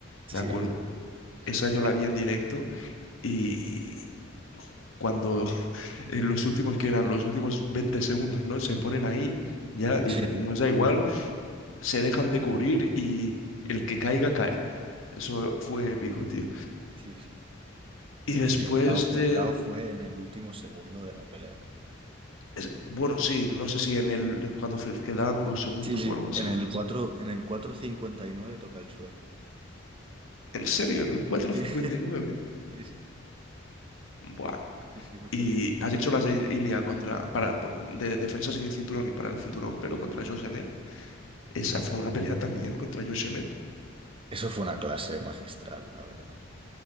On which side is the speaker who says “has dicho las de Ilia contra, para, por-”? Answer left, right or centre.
Left